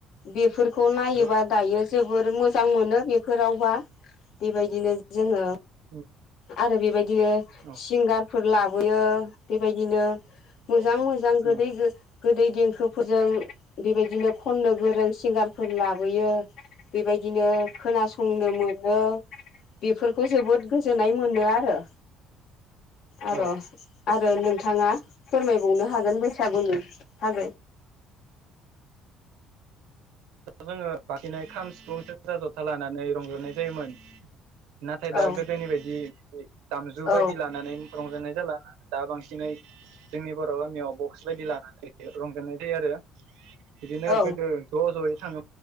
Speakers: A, on the left (about 60°); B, on the right (about 85°).
A: बेफोरखौ नायोबा
B: नंगौ
A: दायो जोबोर मोजां मोनो बेफोराव बा बेबायदिनो जोङो
B: उम
A: आरो बेबायदिनो
B: औ
A: सिंगारफोर लाबोयो बेबायदिनो मोजां
B: औ
A: मोजां गोदै
B: औ
A: गो गोदै देंखोफोरजों बेबायदिनो खननो गोरों सिंगारफोर लाबोयो बेबाय बेदिनो खोनासंनो मोनो बेफोरखौ जोबोद गोजोननाय मोनो आरो । आरो
B: औ
A: आरो नोंथाङा फोरमायबावनो हागोन बैसागुनि था
B: जोङो बांसिननाय खाम, सिफुं, सेरजा, जथा लानानै रंजनाय जायोमोन । नाथाय दा
A: औ
B: गोदोनि बायदि दामजु
A: औ
B: बायदि लानानै रंजानाय जाला दा बांसिनै जोंनि बर' गामियाव बक्स बायदि लानानै रंजोननाय जायो आरो । बिदिनो
A: औ
B: गोदो ज' जयै थाङो